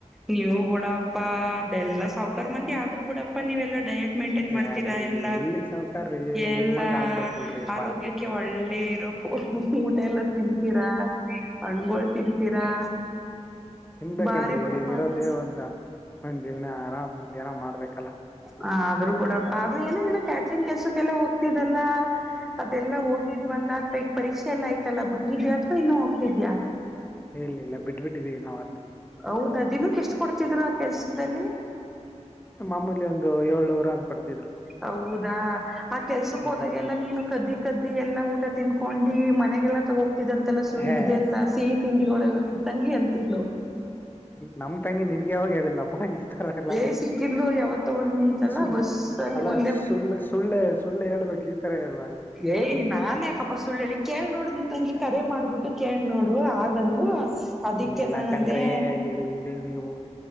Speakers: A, in the centre; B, on the left (about 15°).
A: ನೀವು ಬುಡಪ್ಪ ಅದೆಲ್ಲ ಸಾವ್ಕಾರ ಮಂದಿ ಆದ್ರೂ ಬಿಡಪ್ಪ ನೀವೆಲ್ಲ ಡಯಟ್ ಮೈಂಟೈನ್ ಮಾಡ್ತೀರ.
B: ಏ
A: ಎಲ್ಲ
B: ಎಲ್ಲಿ ಸಾವ್ಕಾರ್ರೀ
A: ಎಲ್ಲಾ
B: ನಿಮ್ಮಂಗ ಆಗ್ಬೇಕಲ್ರಿ ಅಪ್ಪಾ
A: ಆರೋಗ್ಯಕ್ಕೆ ಒಳ್ಳೆ ಇರೋ. ಊಟ ಎಲ್ಲ ತಿಂತೀರಾ ಹಣ್ಗಳು ತಿಂತೀರಾ.
B: ತಿನ್ಬೇಕಲ್ರರಿ
A: ಬಾರಿ ಬಿಡಪ್ಪಾ
B: ಇರೋ
A: ಅದು
B: ದೇವ್ ಅಂತ ಒಂದ್ ಜೀವ್ನ ಆರಾಮ ಏನೋ ಮಾಡ್ಬೇಕಲ್ಲ.
A: ಹ ಆದ್ರೂ ಕೂಡಪ್ಪ. ಏನೋ ಏನೋ ಕ್ಯಾಟ್ರಂಗ್ ಕೆಲಸಕ್ಕೆಲ್ಲ ಹೋಗ್ತಿದಿದ್ದಲ್ಲ ಅದೆಲ್ಲಾ ಹೋಗಿದ್ ಬಂದ ಅಥವಾ ಈಗ ಪರೀಕ್ಷೆಲ್ಲ ಆಯ್ತಲ್ಲ ಬಿಟ್ಟಿದ್ಯಾ ಅಥವಾ ಇನ್ನು ಹೋಗ್ತಿದ್ಯಾಾ.
B: ಇಲ್ಲ ಇಿಲ್ಲ ಬಿಟ್ಬಿಟ್ಟಿದ್ದೀವಿ ನಾವನ್ನ.
A: ಹೌದಾ ದಿನಕ್ಕೆ ಎಷ್ಟು ಕೊಡ್ತಿದ್ರು ಆ ಕೆಲ್ಸದಲ್ಲಿ.
B: ಮಾಮೂಲಿ ಒಂದು ಏಳ್ೂರು ಹಂಗ್ ಕೊಡ್ತಿದ್ರು.
A: ಹೌದಾ ಆ ಕೆಲ್ಸಕ್
B: ಹ್ಮ್
A: ಹೋದಾಗೆಲ್ಲ ನೀನು ಕದ್ದಿ ಕದ್ದಿ ಎಲ್ಲಾ ಊಟ. ತಿನ್ಕೊಂಡಿ. ಮನೆಗೆಲ್ಲ ತಗೋ್ತಿದ್ದಂತೆಲ್ಲ ಸು
B: ಹೇ
A: ಇದೆಲ್ಲ ಸೀ. ತಿಂಡಿಗಳೆಲ್ಲ ನಿಂ್ ತಂಗಿ ಅಂತಿದ್ಳಲು.
B: ನಮ್ ತಂಗಿ ನಿನ್ಗೆ ಯಾವಾಗ ಹೇಳಿಲ್ಲಪ್ಪ ಈ ತರ ಎಲ್ಲ
A: ಏ ಸಿಕ್ಕಿದ್ು ಯಾವತ್ತ ಒಂತಲ್ಲ
B: ಸು
A: ಬಸ್ ಅಲ್ಲಿ
B: ಅಲ್ಲ
A: ಒಂದೇ.
B: ಸುಳ್ಳು ಸುಳ್ಳೆ ಸುಳ್ಳು ಹೇಳ್ಬೇಕು ಈ ತರ ಹೇಳ್ಬಾರ್ದು
A: ಏಯ್ ನಾನನ್ ಯಕಪ್ಪ ಸುಳ್ಳುಳ್ಳಿ ಕೇಳಿ ನೋಡ್ದ. ತಂಗಿ ಕರೆ ಮಾಡ್ಬಿಟ್ಟ ಕೇಳಿ ನೋಡ್. ಹಾಗಂದು ಅದಕ್ಕೆ
B: ಇಲ್ಲ
A: ನಾನಂದೆ.
B: ಕಣ್ರೀ ಎಲ್ಲಿ ನೀವು